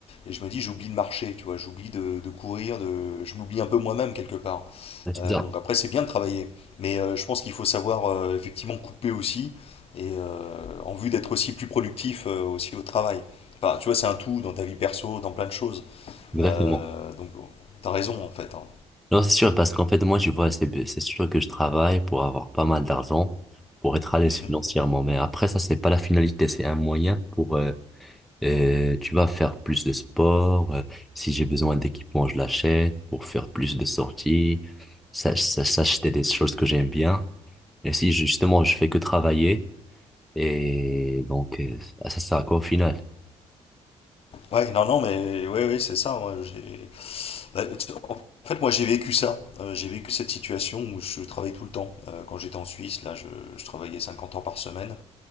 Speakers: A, on the left; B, in the centre.
A: Et je me dis, j'oublie de marcher, tu vois, j'oublie de, de courir, de, je m'oublie un peu moi-même quelque part.
B: Ouais,
A: Euh,
B: C'est ça,
A: donc après, c'est bien de travailler. Mais euh, je pense qu'il faut savoir euh, effectivement couper aussi. Et euh, en vue d'être aussi plus productif euh, aussi au travail. Enfin, tu vois, c'est un tout dans ta vie perso, dans plein de choses.
B: exactement.
A: Euh, donc, t'as raison en fait. hein.
B: Non, c'est sûr, parce qu'en fait, moi, tu vois, c'est c'est sûr que je travaille pour avoir pas mal d'argent, pour être à l'aise
A: Mhm.
B: financièrement, mais après, ça, c'est pas la finalité, c'est un moyen pour, euh, euh, tu vas faire plus de sport, euh, si j'ai besoin d'équipement, je l'achète, pour faire plus de sorties, s'ach- s'ach- s'acheter des choses que j'aime bien. Et si justement, je fais que travailler, Et donc, euh, bah, ça sert à quoi au final?
A: Ouais, non, non, mais oui, oui, c'est ça. Moi, j'ai... bah, tu- en fait, moi, j'ai vécu ça. Euh, j'ai vécu cette situation où je travaillais tout le temps. Euh, quand j'étais en Suisse, là, je, je travaillais 50 heures par semaine.